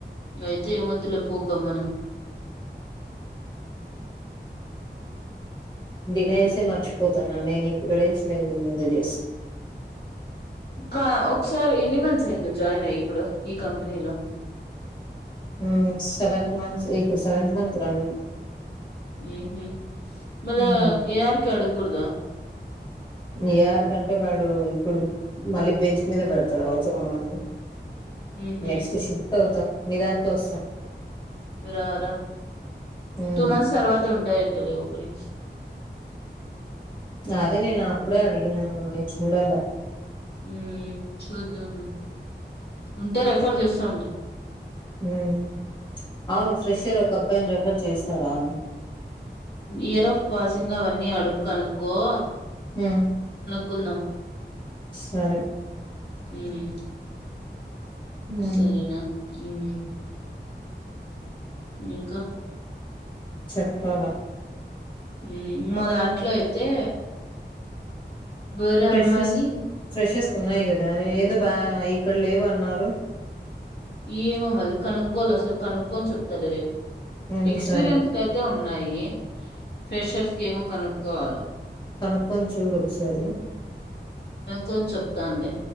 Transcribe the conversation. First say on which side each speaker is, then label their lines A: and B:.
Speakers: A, on the left; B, on the left.
A: అయితే ఏం వద్దులే పో గమ్మన
B: నిన్నుచూసే మర్చిపోతన్నా నేను ఈ ప్లేస్ లేదు ముందు చేసి
A: క్క ఒకసారి ఎన్ని మంత్స్ అయింది జాయిన్ అయి ఇప్పుడు ఈ కంపెనీలో
B: ఆహ్ సెవెన్ మంత్స్ ఇప్పుడు సెవెంత్ మంత్ రన్నింగ్.
A: ఉమ్ హు మళ్ల
B: హ్మ్.
A: ఏ ఆర్కే అడగకూడద.
B: మీయర్కంటే వాడు ఇప్పుడు మళ్ళీ బెంచ్ మీద పెడతాడు అవసరమా అని.
A: ఉహు
B: నెక్స్ట్ షిఫ్ట్ అవుతా మీ దానికే వస్తా.
A: ఆహ్ రా
B: మ్మ్
A: టూ మంత్స్ తర్వాత ఉంటాయి. Hello openings.
B: అదే నేనప్పుడే అడిగిన నేను చూడాలా.
A: ఉమ్ చూద్దాం ఉంటే రెఫర్ చేస్తాం.
B: ఉమ్ అవును ఫ్రెషర్ ఒక అబ్బాయిని రెఫర్ చేస్తారా.
A: ఇయర్ ఆఫ్ పాసింగ్ అవన్నీ అడుకు అనుకో.
B: ఉమ్.
A: కుందాం.
B: సరే.
A: ఉమ్.
B: మ్మ్
A: సరేనా ఉమ్. ఇంకా.
B: చెప్పాలా.
A: ఉమ్ మా దాంట్లో అయితే. వేరే
B: ఫ్రెషెస్
A: అమ్మాయి
B: ఫ్రెషెస్ కు ఉన్నాయి కదా ఏదో బా ఇక్కడ లేవు అన్నారు.
A: ఏమో మల్ల కనుక్కోలసలు కనుక్కోని చెప్తాలే రేపు
B: మ్మ్
A: ఎక్స్పీరియన్స్
B: సరే
A: కయితే ఉన్. ఉన్నాయి ఫ్రెషర్స్కేమో కనుక్కోవాలి.
B: కనుక్కొని చూడు ఒకసారి.
A: కొని చెప్తానులే.